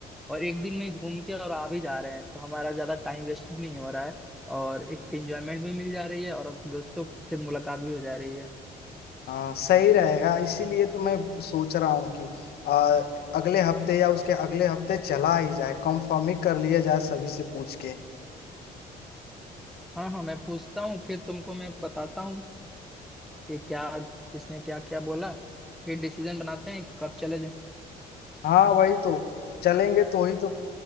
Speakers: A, in the centre; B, on the left (about 70°).
A: और एक दिन में ही घूम के और आ भी जा रहे हैं तो हमारा ज्यादा टाइम वेस्ट भी नहीं हो रहा है और एक एंजॉयमेंट भी मिल जा रही है और अब दोस्तों से मुलाकात भी हो जा रही है
B: हाँ सही रहेगा इसीलिए तो मैं सोच रहा हूँ कि आ, अगले हफ्ते या उसके अगले हफ्ते चला ही जाए कंफर्म ही कर लिया जाए सभी से पूछ के
A: हाँ हाँ मैं पूछता हूँ फिर तुमको मैं बताता हूँ कि क्या किसने क्या क्या बोला फिर डिसीजन बनाते हैं कब चले जाए
B: हाँ वही तो चलेंगे तो ही तो